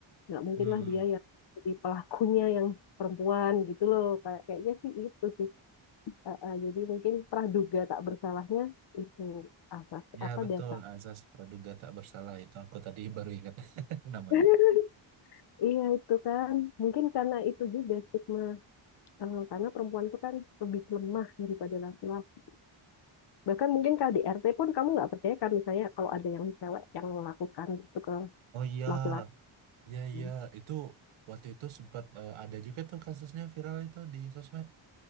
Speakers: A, on the left; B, on the right.
A: nggak mungkin
B: Hmm.
A: lah dia yang jadi pelakunya yang perempuan gitu loh kayak kayaknya sih itu sih Eh, eh, jadi mungkin praduga tak bersalahnya itu asas
B: Ya
A: apa
B: betul
A: dasar
B: azas praduga tak bersalah itu aku tadi baru ingat <laughs> namanya.
A: <laughs> Iya itu kan mungkin karena itu juga stigma eh, karena perempuan tuh kan lebih lemah daripada laki-laki bahkan mungkin KDRT pun kamu nggak percaya kan misalnya kalau ada yang cewek yang melakukan itu ke
B: Oh iya
A: laki-laki
B: iya iya
A: Hmm.
B: itu waktu itu sempat eh, ada juga tuh kasusnya viral itu di sosmed.